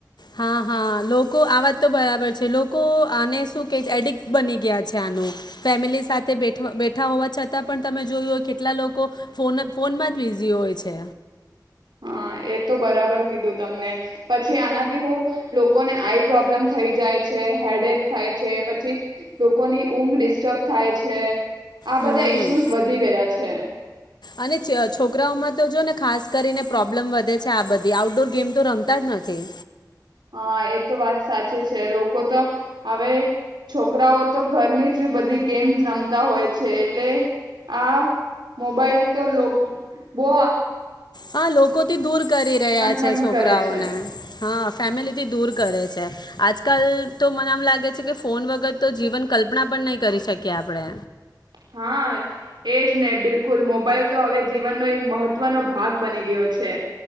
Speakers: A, on the left; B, on the right.
A: હા હા લોકો આ વાત તો બરાબર છે લોકો આને શું કે છે એડિક્ટ બની ગયા છે આનું ફેમિલી સાથેઠ બેઠા હોવા છતાં પણ તમે જોયું હોય કેટલા લોકો ફોન ફોનમાં જ બિઝી હોય છે
B: હા એ તો બરાબર કીધું તમને પછી આનાથી હું લોકોને આઈ પ્રોબ્લેમ થઈ જાય છે હેડેક થાય છે પછી લોકોની ઊંઘ તબ થાય છે આ
A: હમ
B: બધા ઈસ્યુઝ વધી ગયા છે
A: અને છોકરાઓમાં તો જો ને ખાસ કરીને પ્રોબ્લેમ વધે છે આ બધી આઉટડોર ગેમ તો રમતા જ નથી
B: હા એ તો વાત સાચી છે લોકો તો હવે છોકરાઓ તો ઘરની જ બધી ગેમ્સ રમતા હોય છે એટલે આ મોબાઈલ તો બો
A: હા લોકોથી દૂર કરી રહ્યા છે
B: પણ
A: છોકરાઓને
B: કરે છે.
A: હા ફેમિલીથી દૂર કરે છે આજકાલ તો મને આમ લાગે છે કે ફોન વગર તો જીવન કલ્પના પણ નહીં કરી શકીએ આપણે
B: હા એજ ને બિલકુલ મોબાઈલ તો હવે જીવનનો એક મહત્વનો ભાગ બની ગયો છે